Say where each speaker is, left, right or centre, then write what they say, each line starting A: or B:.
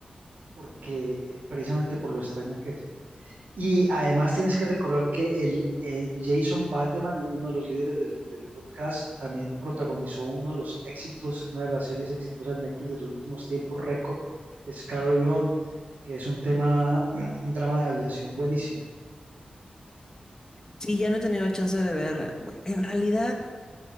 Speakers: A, on the right; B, on the left.
A: porque eh, precisamente por lo extraña que es. Y además tienes que recordar que el eh, Jason Bateman, uno de los líderes del, del podcast, también protagonizó uno de los éxitos, una de las series exitosas de Netflix de los últimos tiempos, récord, es Carry On, que es un tema, mm, un drama de aviación buenísimo.
B: Sí, ya no he tenido chance de ver. En realidad,